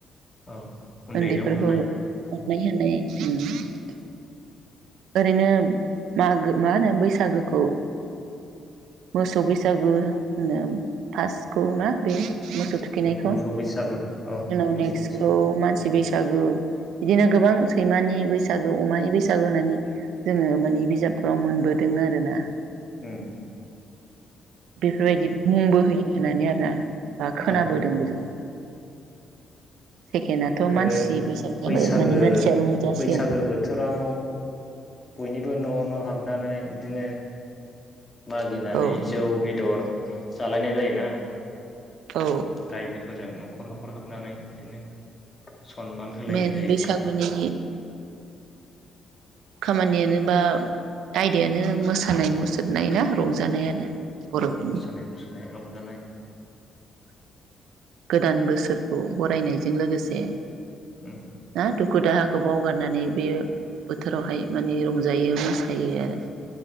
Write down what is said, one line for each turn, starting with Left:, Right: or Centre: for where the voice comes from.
Left: औ उन्दैनो
Right: उन्दैफोरखौ
Left: अननाय
Right: अनाय होन <unintelligible> ओरैनो मागो मा होनो बैसागोखौ मोसौ बैसागु होनो। फार्स्टखौ ना बे मोसौ थुखैनायखौ
Left: मोसौ
Right: इनि
Left: बैसागु औ
Right: उनाव
Left: मोसौ
Right: नेक्सखौ
Left: बैसागु
Right: मानसि बैसाग बैसागु बिदिनो गोबां सैमानि बैसागो अमानि बैसागु होननानै जोंङो माने बिजाबफोराव मोनबोदों आरो ना।
Left: उम।
Right: बेफोरबायदि मुंबो होयो होननानै आरो। रां बा खोनाबोदोंबो
Left: औ
Right: जों। सेकेणडआथ'
Left: आरो
Right: मानसि बैसागु
Left: बैसागो
Right: जाबाय माने मानसिया रंजासिन
Left: बैसागो बोथोराव बयनिबो न' न' हाब हाबन्नानै इदिनो मागिनानै
Right: औ
Left: जौ बेदर जालायनाय जायोना
Right: औ
Left: रायजोफोरजों न'खर न'खर हर हाबनानै बिदिनो सनमान होलायनाय
Right: मेन
Left: जायो
Right: बैसागुनि खामानियानो बा आयदायानो मोसानाय मुसुरनाय ना रंजानाय आरो बर'फोरनि
Left: औ मोसानाय मुसुरानाय रंजानाय
Right: <inaudible> गोदान बोसोरखौ बरायनाय बेजों लोगोसे
Left: उम
Right: ना दुखु दाहाखौ बावगारनानै बे बोथोरावहाय माने रंजायो मोसायो आरो